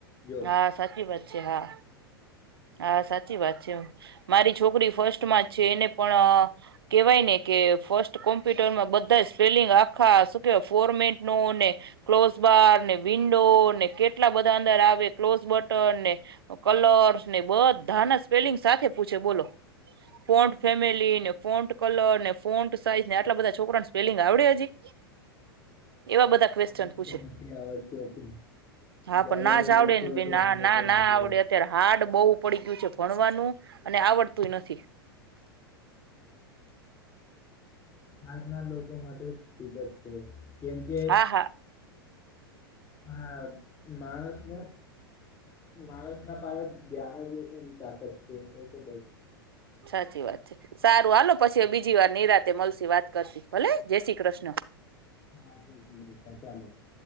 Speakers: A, on the left (about 30°); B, on the right (about 75°).
A: જો
B: હા સાચી વાત છે હા હા સાચી વાત છે મારી છોકરી ફર્સ્ટ માં જ છે એને પણ કેવાય ને કે ફર્સ્ટ કોમ્પ્યુટરમાં બધા સ્પેલિંગ આખા શું કેવાય ફોર્મેટ નો ને ક્લોઝ બાર વિન્ડો ને કેટલા બધા અંદર આવે ક્લોઝ બટન ને કલરસ ને બધાના સ્પેલિંગ સાથે પૂછે બોલો ફોન્ટ ફેમિલી ને ફોન્ટ કલર ને ફોન્ટ સાઈઝ ને આટલા બધા છોકરાને સ્પેલિંગ આવડે હજી એવા બધા ક્વેશ્ચન
A: મને
B: પૂછે
A: નથી આવડતુ હતુ
B: હા
A: જયારે
B: પણ ના
A: હું
B: આવડે
A: ભણતો
B: ને
A: હતો
B: બે ના
A: મને તો નથી
B: ના આવડે
A: આવડતી
B: અત્યારે હાર્ડ બહુ પડી ગયું છે ભણવાનું અને આવડતુંએ નથી
A: આજના લોકો લોકો માટે <unintelligible> છે કેમ કે
B: હા હા
A: હા માણસને માણસના પાહે ધ્યાન જ તાકાત છે એ તો
B: સાચી વાત છે સારું આાલો પછી બીજી વાર નિરાતે મળસી વાત કરશુ ભલે જય શ્રી કૃષ્ણ
A: હા <inaudible>